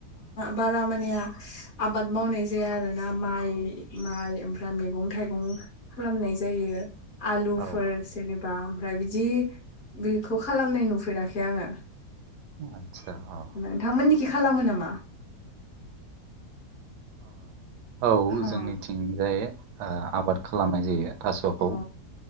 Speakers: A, on the left; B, on the right.
A: बारा मानिया आबाद मावनाय जाया आर ना माइ माइ ओमफ्राय मैगं थाइगं खालामनाय जायो। आलु
B: औ
A: फोर जेनेबा ओमफ्राय बिदि बेखौ खालामनाय नुफेराखै आङो।
B: आतसा औ
A: नोंथांमोननिखि खालामो नामा?
B: औ
A: अ
B: जोंनिथिंजाय ओ आबाद खालामनाय जायो। थास'खौ
A: अ